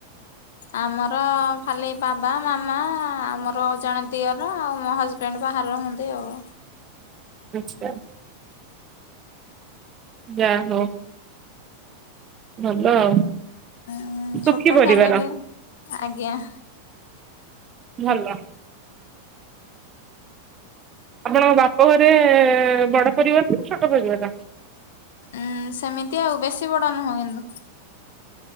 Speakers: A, on the left; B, on the right.
A: ଆମର ଖାଲି ବାବା, ମାମା ଆମର ଜଣେ ଦିଅର ଆଉ ମୋ ହଜବେଣ୍ଟ। ହଜବେଣ୍ଟ ବାହାରେ ରହନ୍ତି ଆଉ।
B: ଆଚ୍ଛା। ଯା ହଉ। ଭଲ ଆଉ।
A: ଉଁ
B: ସୁଖୀ
A: ଛୋଟ
B: ପରିବାର
A: ଫ୍ୟାମିଲି, ଆଜ୍ଞା।
B: ଭଲ। ଆପଣଙ୍କ ବାପ ଘରେ ବଡ ପରିବାର ନା ଛୋଟ ପରିବାର?
A: ଉଁ ସେମିତି ଆଉ ବେଶୀ ବଡ ନୁହଁ କିନ୍ତୁ।